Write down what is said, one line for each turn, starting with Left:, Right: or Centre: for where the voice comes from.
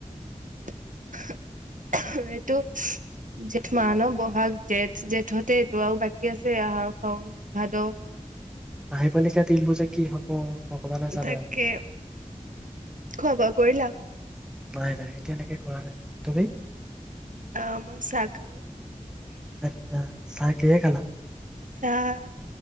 Right: <inaudible> টো জেঠ মাহ ন বহাগ। জেঠ জেঠতে টো আৰু বাকী আছে আহাৰ, শাওন, ভাদ।
Centre: আহি পালি যে তিল বজা কি ভগৱানে জানে
Right: তাকে
Centre: আৰু
Right: খোৱা কৰিলা।
Centre: নাই, নাই এতিয়ালৈকে কৰা নাই। তুমি
Right: অ', মই চাহ খালো।
Centre: আচ্ছা চাহ কিহে খালা?
Right: চাহ,